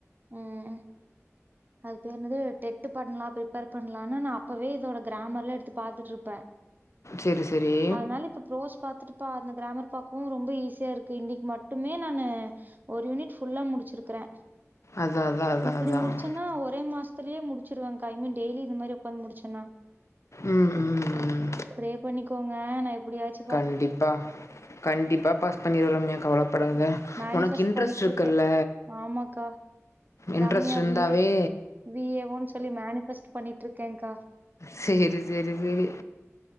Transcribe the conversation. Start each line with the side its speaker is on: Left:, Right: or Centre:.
Right: ம் அது பேர் என்னது டெட்டு பண்லா ப்ரிப்பேர் பண்லானு நா அப்பவே இதோட கிராமர்லா எடுத்து பாத்துட்ருப்பே
Left: சரி, சரி.
Right: அதனால இப்ப ப்ரோஜ் பாத்துட்டுப்பா அந்த கிராமர் பாக்கவு ரொம்ப ஈஸியா இருக்கு இன்னிக் மட்டுமே நானு ஒரு யூனிட் ஃபுல்லா முடிச்சிருக்கறே
Left: அதான் அதான் அதான்
Right: இப்டி
Left: அதான்.
Right: முடிச்சன்னா ஒரே மாச் த்துலியே முடிச்சிருவங்க்கா இன்மே டெய்லியு இந்த மாரி உக்காந் முடிச்சன்னா
Left: ம் ம் ம்
Right: ப்ரே பண்ணிக்கோங்க நா எப்டியாச்சு
Left: கண்டிப்பா கண்டிப்பா பாஸ் பண்ணிருவ ரம்யா கவலப்படாத
Right: மேனிஃபர்ஸ்ட்
Left: உனக்கு இன்ட்ரெஸ்ட்
Right: பண்ணிட்ருக்கே
Left: இருக்குல்ல?
Right: ஆமாக்கா
Left: இன்ட்ரெஸ்ட்
Right: ரம்யா
Left: இருந்தாவே
Right: வி ஏ வி ஏ ஓன் சொல்லி மேனிஃபர்ஸ்ட்டு பண்ணிட்ருக்கேங்கா
Left: சேரி சேரி சேரி